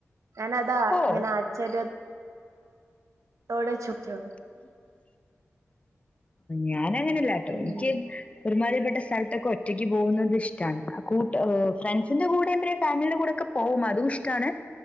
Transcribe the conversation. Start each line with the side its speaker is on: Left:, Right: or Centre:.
Right: ഞാനതാ
Left: ഓ
Right: ഇങ്ങനെ ആശ്ചര്യത്തോടെ ചോദിച്ചത്
Left: <inaudible> ഞാന അങ്ങനെല്ലാട്ടോ
Right: ഉം
Left: എനിക്ക് പെരുമാതിപ്പെട്ട സ്ഥലത്തൊക്ക ഒറ്റക്ക് പോകുന്നത് ഇഷ്ടആണ് ഫ്രണ്ട്സിന്റെ കൂടെ എന്ത ഫാമിലിയുടെ കൂടെ ഒക്കെ പോകും അത ഇഷ്ടമാണ്